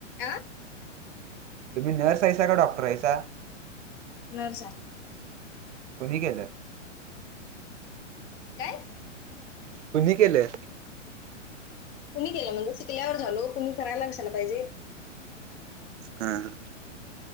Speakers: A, on the left (about 40°); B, on the right (about 70°).
A: अ
B: तुम्ही नर्स यायसा का डॉक्टर आहेसा
A: नर स आहे
B: कोुणी केलं
A: काय
B: तु्ही केले
A: कुणी केलं म्हणजे शिकल्यावर झालो कु् करायला लक्षाला पाहिजे
B: हा ह